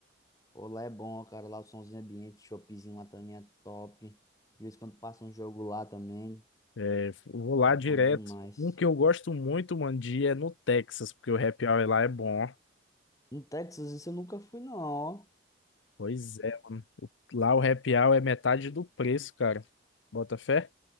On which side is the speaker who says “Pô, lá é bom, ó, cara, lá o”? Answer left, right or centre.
Left